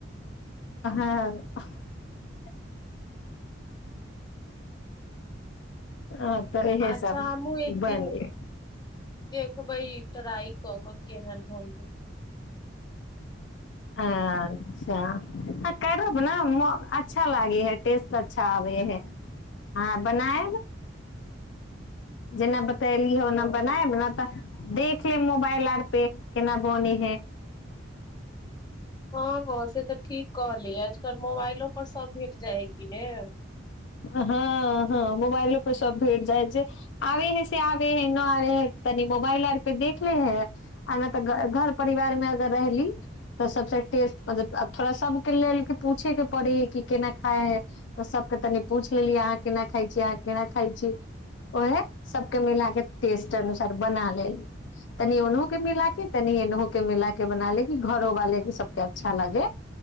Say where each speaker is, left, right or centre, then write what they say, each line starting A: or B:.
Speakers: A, on the left; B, on the left.
A: खैब हँ तऽ इहे
B: अच्छा
A: सब
B: हमहहुँ एक
A: बनि
B: दिन
A: गेल
B: देखबै ट्राइ कऽ कऽ केहन होइय
A: अच्छा करब ने अच्छा लागे ह टेस्ट अच्छा आबे है आ बनायब जेना तैली
B: हँ
A: होना बनाय ब न तऽ देख ले मोबाइल आर पे केना बोने है
B: हँ हँ से तऽ ठीक कहलियै आजकल मोबाइल पर सब भेट जाएगी <unintelligible>
A: हँ हँ मोबाइलोपे सभ भेट जाइ ह जे आबे है से आबे हइ न आबे हइ तनी मोबाइल आर पे देख ले है आ नहि तऽ घर परिवार मे अगर रहली तऽ सभसँ टेस्ट मतलब थोड़ा सभके लेल पूछयके पड़े हइ कि केना खाइ है त सभके तनि पूछ लेलियै अहाँ केना खाइ छी अहाँ केना खाइ छी ओहे सबके
B: ने
A: मिलाके टेस्ट बना लेी तनि ओनहु के मिला के तनि एनहु के मिला के बना लेी घरोवाले के सबके अच्छा लगे